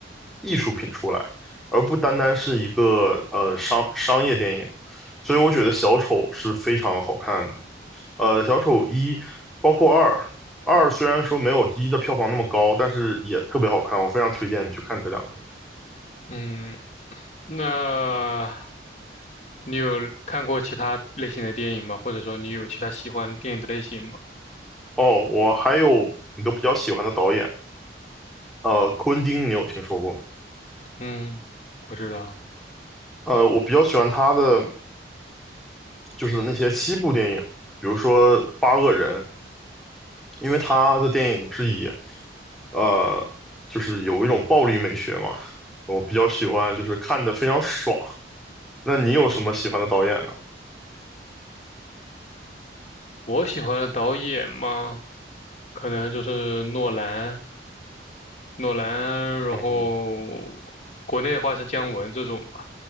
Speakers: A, in the centre; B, on the left (about 40°).
A: 艺术品出来，而不单单是一个呃商商业电影，所以我觉得小丑是非常好看的。呃，小丑一包括二，二虽然说没有一的票房那么高，但是也特别好看，我非常推荐你去看这两个。电影。
B: 嗯，那你有看过其他类型的电影吗？或者说你有其他喜欢电影的类型吗？
A: 哦，我还有一个比较喜欢的导演，呃，昆汀，你有听说过吗？
B: 嗯，我知道。
A: 呃，我比较喜欢他的就是那些西部电影，比如说《八恶人》，因为他的电影是以呃，就是有一种暴力美学嘛，我比较喜欢，就是看的非常爽。那你有什么喜欢的导演呢？
B: 嗯，我喜欢的导演嘛，可能就是诺兰，诺兰，然后国内的话是姜文这种。
A: 嗯，
B: 吧。